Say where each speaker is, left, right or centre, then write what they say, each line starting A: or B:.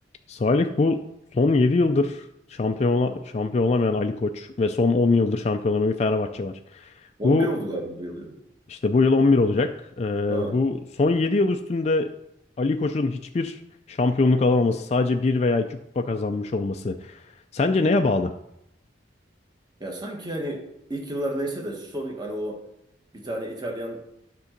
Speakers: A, on the left; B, on the right.
A: Salih bu son 7 yıldır şampiyon, ola- şampiyon olamayan Ali Koç ve son 10 yıldır şampiyon olamayan bir Fenerbahçe var.
B: 11
A: Bu
B: oldu galiba bu yıl ya.
A: işte bu yıl 11 olacak. Ee,
B: Ha.
A: bu son 7 yıl üstünde Ali Koç'un hiçbir şampiyonluk alamaması, sadece bir veya 2 kupa kazanmış olması. Sence neye bağlı?
B: Ya sanki hani ilk yıllar neyse de son hani o bir tane İtalyan